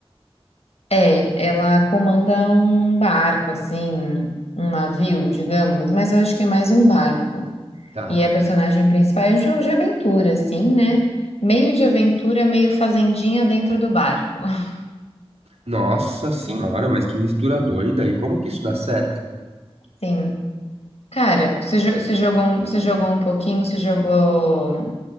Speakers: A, on the left (about 80°); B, on the right (about 85°).
A: É, ela comanda um barco, assim, um navio, digamos, mas eu acho que é mais um barco.
B: Tá.
A: E é a personagem principal é um jogo de aventura, assim, né? Meio de aventura, meio fazendinha dentro do barco. <laughs>
B: Nossa senhora, mas que mistura doida. E como que isso dá certo?
A: Sim. Cara, você, jo- você jogou, um- você jogou um pouquinho, você jogou